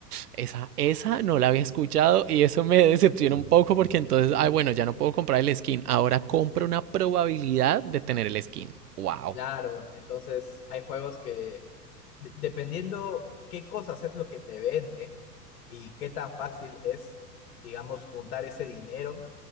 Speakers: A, on the right (about 65°); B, on the left (about 60°).
A: Esa, esa no la había escuchado y eso me decepciona un poco porque entonces, ay, bueno, ya no puedo comprar el skin. Ahora compro una probabilidad de tener el skin. Wow.
B: Claro, entonces hay juegos que de- dependiendo qué cosas es lo que te venden y qué tan fácil es, digamos, juntar ese dinero